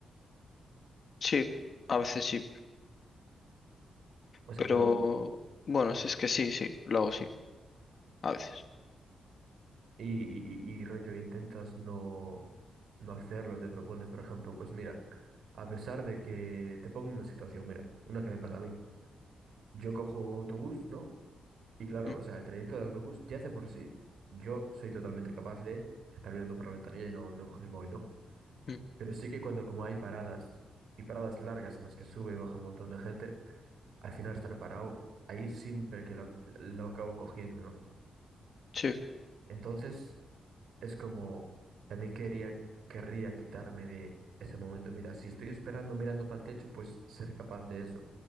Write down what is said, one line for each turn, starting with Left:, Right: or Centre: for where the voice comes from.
Left: Sí, a veces sí,
Right: O sea,
Left: pero
Right: pero,
Left: bueno, si es que sí, sí, lo hago sí, a veces.
Right: y, y, y y rollo, intentas no, no hacerlo, te propones, por ejemplo, pues mira, a pesar de que te pongo en una situación, mira, una que me pasa a mí. Yo cojo un autobús, ¿no? Y claro,
Left: Mm,
Right: o sea, el trayecto de autobús ya hace por sí, yo soy totalmente capaz de estar viendo por la ventanilla y no, no coger el móvil, ¿no?
Left: mm,
Right: Pero sí que cuando como hay paradas y paradas largas en las que sube y baja un montón de gente, al final estar parado, ahí siempre que lo, lo acabo cogiendo, ¿no?
Left: Sí,
Right: Entonces, es como, también quería, querría quitarme de ese momento. Mira, si estoy esperando mirando para el techo, pues ser capaz de eso.